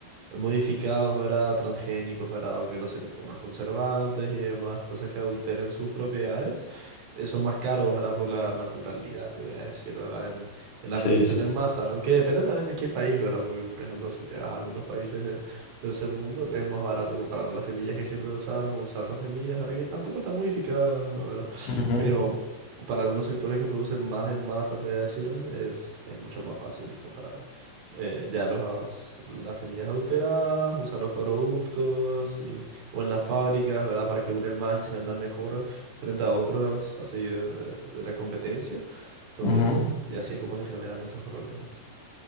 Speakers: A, on the right; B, on the left.
A: modificados, ¿verdad? Transgénicos, ¿verdad? O que no se le pongan conservantes y demás, cosas que adulteren sus propiedades, eh, son más caros, ¿verdad? Por la naturalidad, te voy a decir, ¿verdad? En, en la
B: Sí,
A: producción
B: sí.
A: en masa, aunque depende también de qué país, ¿verdad? Porque, por ejemplo, si te vas a algunos países de tercer mundo, les es más barato comprar las semillas que siempre usaron o usar las semillas, ¿verdad? Que tampoco están modificadas, ¿verdad?
B: Ujú,
A: Pero para algunos sectores que producen más en masa, te voy a decir, es, es mucho más fácil comparar eh, ya los, as- las semillas adulteradas, usar los productos y- o en las fábricas, ¿verdad? Para que duren más y se vendan mejor frente a otros así de, de la competencia. Entonces,
B: ujú.
A: y así es como se generan estos problemas.